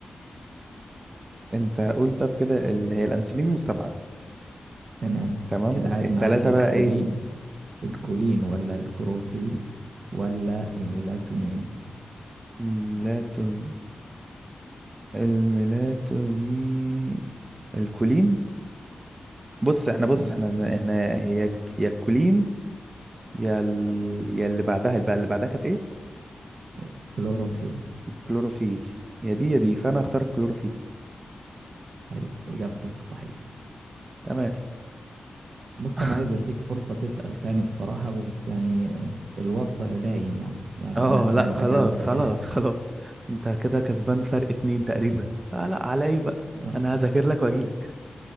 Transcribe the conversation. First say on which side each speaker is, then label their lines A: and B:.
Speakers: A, on the right; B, on the right.
A: انت قول طب كده اللي هي الانسولين المستبعدة
B: تمام
A: تمام
B: كده قاعد
A: التلاتة
B: معاك الكولين
A: بقى ايه
B: الكولين ولا الكروفيل ولا الميلاتونين
A: الميلاتون الميلاتونين الكولين بص احنا بص
B: آه،
A: احنا احنا هي ك- يا الكولين يا ال... يا اللي بعدها اللي بقى اللي بعدها كانت ايه
B: الكلوروفيل
A: الكلوروفيل يا دي يا دي فانا هختار الكلوروفيل
B: طيب إجابتك صحيحة
A: تمام
B: بص
A: <laughs>
B: أنا عايز أديك فرصة تسأل تاني بصراحة بس يعني آه، الوضع باين يعني يعني
A: اه
B: أنا
A: لا
B: قاعد
A: خلاص
B: بجاوب بجاوب
A: خلاص خلاص انت كده كسبان فرق اتنين تقريبا فلا على ايه بقى
B: <laughs> آه.
A: انا هذاكر لك واجي لك